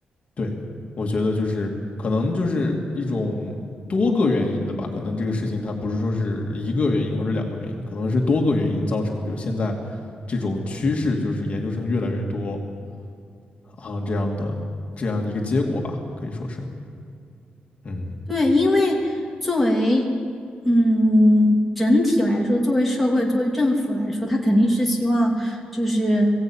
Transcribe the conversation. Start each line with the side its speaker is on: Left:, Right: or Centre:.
Left: 对，我觉得就是可能就是一种多个原因的吧，可能这个事情它不是说是一个原因或者两个原因，可能是多个原因造成，就现在这种趋势就是研究生越来越多啊这样的这样一个结果吧，可以说是，嗯，
Centre: 对，因为作为嗯整体来说，作为社会、作为政府来说，他肯定是希望就是